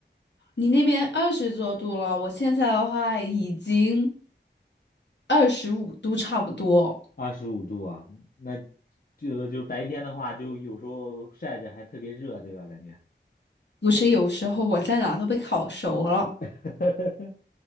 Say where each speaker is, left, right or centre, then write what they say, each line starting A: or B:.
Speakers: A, on the left; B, on the left.
A: 你那边二十多度了，我现在的话已经二十五度差不多。
B: 二十五度啊。那这个就白天的话，就有时候晒着还特别热，对吧？感觉。
A: 不是有时候我在哪都被烤熟了，
B: <laughs>